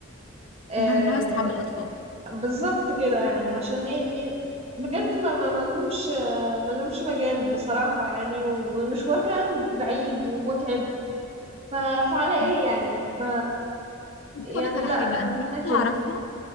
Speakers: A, on the right; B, on the left.
A: آم،
B: ممنوع استحب الاطفال
A: بالظبط كده يعني عشان يعني بجد ما ما ما لهمش ما لهمش مجال بصراحة يعني والمشوار كان بعيد ومتعب ف... فعلى
B: مم.
A: ايه يعني ف
B: بصي اقول
A: يعني
B: لك على
A: لا
B: حاجه
A: خلينا
B: انا في حته
A: كده
B: اعرفها